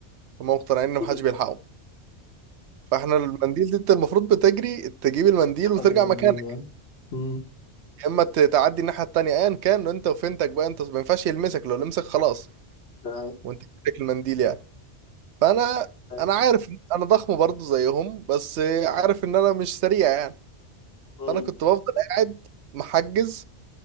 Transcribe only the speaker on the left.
<laughs>
تاخد
المنديل
آه. مم.
آه.
أيوة.
مم.